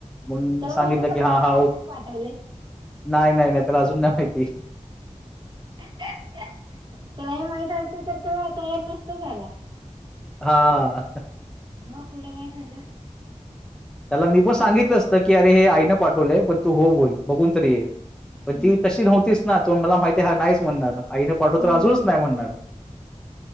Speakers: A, in the centre; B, on the right (about 35°).
A: म्हून
B: त्याला
A: सांगितलं
B: माहित होतं
A: की
B: का
A: हा
B: हे
A: हा
B: आईनेच पाठवले.
A: नाही नाही नाही त्याला अजून ना माहिती.
B: हात का माहित असत तर तो तयार नसत झाला.
A: हा
B: मग पुढं काय झालं.
A: त्याला मी पण सांगितलं असतं की अरे हे आईनं पाठवलंय पण तू हो बोल बघून तरी ये. पण
B: हम्म
A: ती तशी नव्हतीच ना तो मला माहितीय हा नाहीच म्हणणार. आईने पाठव
B: हम्म.
A: तर अजूनच नाही म्हणणार.